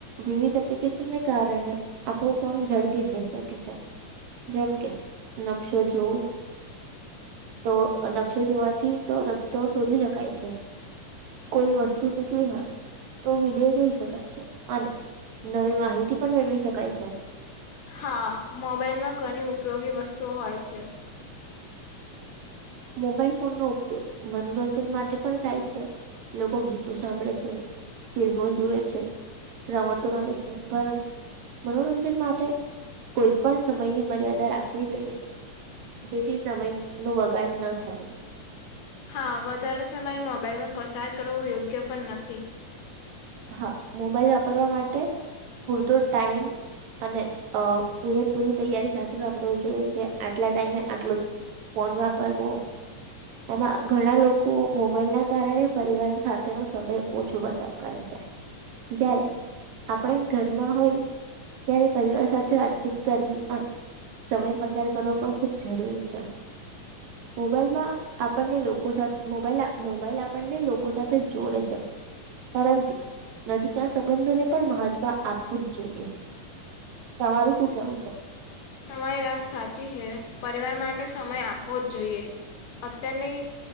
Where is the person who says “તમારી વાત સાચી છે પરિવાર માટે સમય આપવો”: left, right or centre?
Left